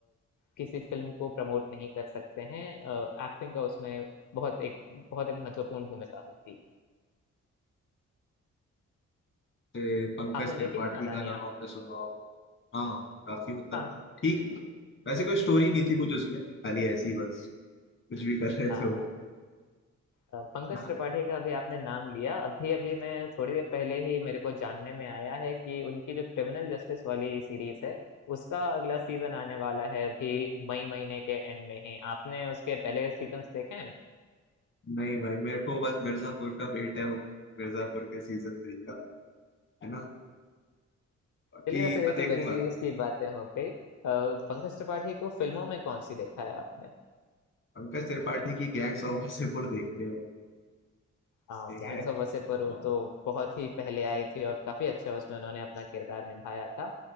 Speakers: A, on the left; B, on the left.
A: किसी फिल्म को प्रमोट नहीं कर सकते हैं एक्टिंग का उसमें बहुत एक बहुत एक महत्वपूर्ण भूमिका होती है
B: जैसे पंकज
A: आपने
B: त्रिपाठी
A: देखी थी नादानियाँ
B: का नाम आपने सुना होगा हाँ काफी मतलब
A: हाँ
B: ठीक वैसे कोई स्टोरी नहीं थी कुछ उसमें खाली ऐसी ही बस कुछ भी कर रहे
A: हाँ
B: थे वो
A: हाँ
B: लोग
A: अ, पंकज
B: ना
A: त्रिपाठी का अभी आपने नाम लिया अभी अभी मैं थोड़ी देर पहले ही मेरे को जानने में आया है कि उनकी जो क्रिमिनल जस्टिस वाली सीरीज है उसका अगला सीजन आने वाला है अभी मई महीने के एंड में ही आपने उसके पहले सीजन्स देखे हैं
B: नहीं भाई मेरे को बस मिर्जापुर का वेट है उन- मिर्जापुर के सीजन थ्री का है ना बाकी
A: चलिए वैसे
B: मैं
A: ये
B: देखूंगा
A: तो वेब सीरीज की बातें हो गई अ, पंकज त्रिपाठी को फिल्मों में कौन सी देखा है आपने
B: पंकज त्रिपाठी की गैंग्स ऑफ वासेपुर देखी है मैंने,
A: हाँ
B: ठीक
A: गैंग्स
B: है
A: ऑफ वासेपुरु
B: और
A: तो बहुत ही पहले आई थी और काफी अच्छा उसमें उन्होंने अपना किरदार निभाया था